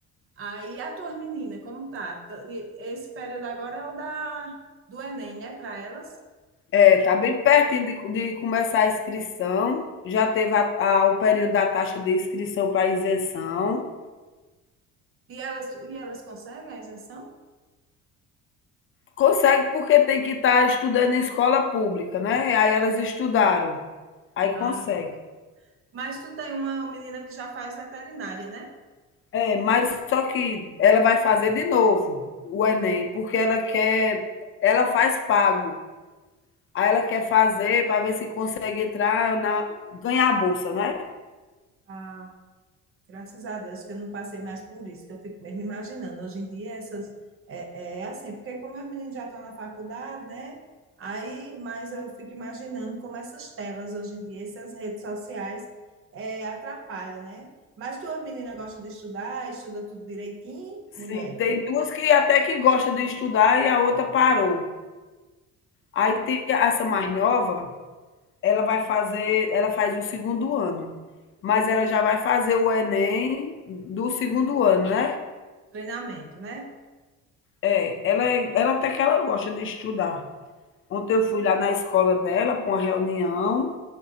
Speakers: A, on the right; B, on the left.
A: Aí a tua menina, como tá? Tá- e- Esse período agora é o da do Enem, né, para elas?
B: É, tá bem pertinho de, de começar a inscrição. Já teve a- a- o período da taxa de inscrição para isenção.
A: E elas e elas conseguem a isenção?
B: Consegue porque tem que estar estudando em escola pública, né? Aí elas estudaram, aí
A: Ah,
B: consegue.
A: mas tu tem uma menina que já faz veterinária, né?
B: É, mas só que ela vai fazer de novo o Enem, porque ela quer, ela faz pago. Aí ela quer fazer para ver se consegue entrar na, ganhar a bolsa, né?
A: Ah, Graças a Deus que eu não passei mais por isso, que eu fico mesmo imaginando. Hoje em dia essas é, é é assim, porque como os meninos já estão na faculdade, né? Aí, mas eu fico imaginando como essas telas hoje em dia, essas redes sociais é, atrapalham, né? Mas tuas meninas gostam de estudar, estuda tudo direitinho, mulher.
B: Sim, tem duas que até que gosta de estudar e a outra parou. Aí tem essa mais nova, ela vai fazer ela faz o segundo ano, mas ela já vai fazer o Enem do segundo ano, né.
A: Treinamento, né?
B: É, ela é ela até que ela gosta de estudar. Ontem eu fui lá na escola dela para uma reunião